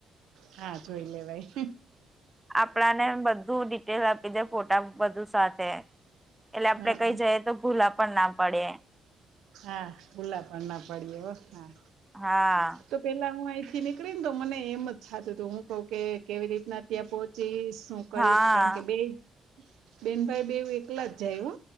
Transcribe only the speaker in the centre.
આપણાને બધું ડિટેલ આપી દે ફોટા બધું સાથે એટલે આપડે
કઈ જઈ તો ભૂલા પણ ના પડયા
હા
હા